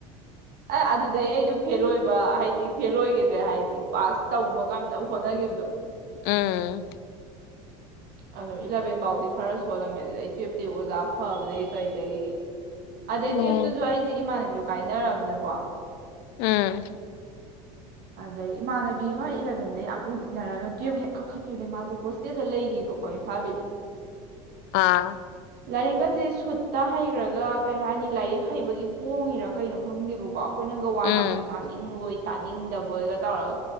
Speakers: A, on the right; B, on the left.
A: ꯑ ꯑꯗꯨꯗꯩ ꯑꯩꯗꯨ ꯐꯦꯜ ꯑꯣꯏꯕ ꯍꯥꯏꯗꯤ ꯐꯦꯜ ꯑꯣꯏꯒꯤꯗ꯭ꯔꯦ ꯍꯥꯏꯗꯤ ꯄꯥꯁ ꯇꯧꯕ ꯉꯝꯅꯕ ꯍꯣꯠꯅꯒꯤꯕꯗꯣ
B: ꯎꯝ
A: ꯑꯗꯣ ꯏꯂꯚꯦꯟ ꯐꯥꯎꯗꯤ ꯈꯔ ꯁꯣꯜꯂꯝꯃꯦ ꯑꯗꯨꯗꯩ ꯇꯨꯌꯦꯜꯞꯇꯤ ꯑꯣꯖꯥ ꯐꯕꯗꯒꯤ ꯀꯔꯤꯗꯒꯤ ꯑꯗꯩ
B: ꯎꯝ
A: ꯇꯨꯋꯦꯐ ꯇꯁꯨ ꯑꯩꯁꯦ ꯏꯃꯥꯅꯕꯤꯗꯣ ꯀꯥꯏꯅꯔꯝꯅꯤꯅꯀꯣ
B: ꯎꯝ
A: ꯑꯗꯩ ꯏꯃꯥꯟꯅꯕꯤ ꯑꯃ ꯏꯂꯚꯦꯟꯗ ꯌꯥꯝ ꯂꯨ ꯇꯤꯟꯅꯔꯒ ꯇꯨꯌꯦꯜꯞ ꯍꯦꯛ ꯀꯥꯈꯠꯈꯤꯕꯗꯅꯦ ꯃꯥꯁꯦ ꯍꯣꯁꯇꯦꯜꯗ ꯂꯩꯈꯤꯕꯀꯣ ꯏꯝꯐꯥꯜ
B: ꯑꯥ
A: ꯂꯥꯢꯔꯤꯛ ꯀ ꯁꯦ ꯁꯨꯠꯇ ꯍꯩꯔꯒ ꯀꯩ ꯍꯥꯏꯅꯤ ꯂꯥꯏꯔꯤꯛ ꯍꯩꯕꯒꯤ ꯄꯣꯡꯉꯤꯔꯥ ꯀꯩꯅꯣ ꯈꯪꯗꯦꯕꯀꯣ ꯀꯣ ꯑꯩꯈꯣꯏꯅꯒ ꯋꯥ
B: ꯎꯝ
A: ꯉꯥꯡꯕꯁꯦ ꯇꯥꯅꯤꯡꯕꯣꯏ ꯇꯥꯅꯤꯡ ꯅꯤꯡꯗꯕ ꯑꯣꯏꯒ ꯇꯧꯔꯒ